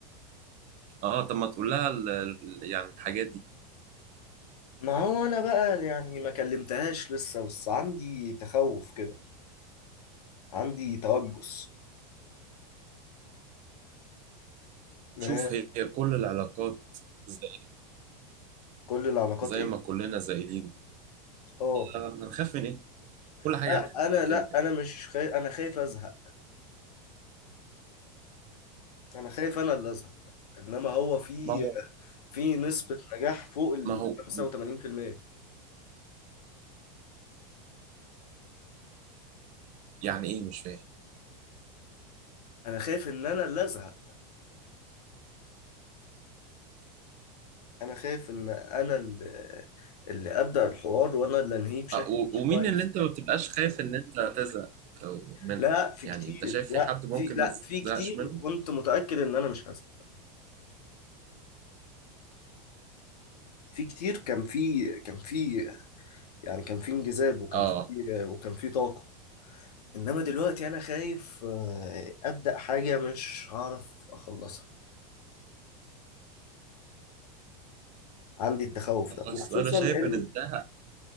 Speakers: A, on the right; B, on the left.
A: اه طب ما تقول لها ال- ال- يعني الحاجات دي
B: ما هو انا بقى يعني ما كلمتهاش لسه بس عندي تخوف كده عندي توجس ما-
A: شوف هي كل العلاقات زي,
B: كل العلاقات
A: زي
B: ايه
A: ما كلنا زايلين
B: اه
A: آه، هنخاف من ايه كل حاجه
B: لا
A: هتنتهي
B: انا
A: كده
B: لا
A: كده
B: انا مش خايف انا خايف ازهق انا خايف انا اللي ازهق انما هو في
A: ما هو
B: في نسبة نجاح فوق ال
A: ما هو
B: 85%
A: يعني ايه مش فاهم
B: انا خايف ان انا اللي ازهق انا خايف ان انا اللي, اللي ابدا الحوار وانا اللي انهيه بشكل
A: آه و-
B: مش
A: ومين
B: كويس
A: اللي انت ما بتبقاش خايف ان انت تزهق منها
B: لا في
A: يعني
B: كتير
A: انت شايف
B: لا
A: في حد ممكن
B: في لا
A: ما
B: في كتير
A: تزهقش منه
B: كنت متاكد ان انا مش هسمع في كتير كان في كان في يعني كان في انجذاب وكان
A: اه
B: في وكان في طاقه انما دلوقتي انا خايف آه، ابدا حاجه مش هعرف اخلصها عندي التخوف ده
A: اصل
B: وخصوصا
A: انا شايف
B: ان
A: ان ده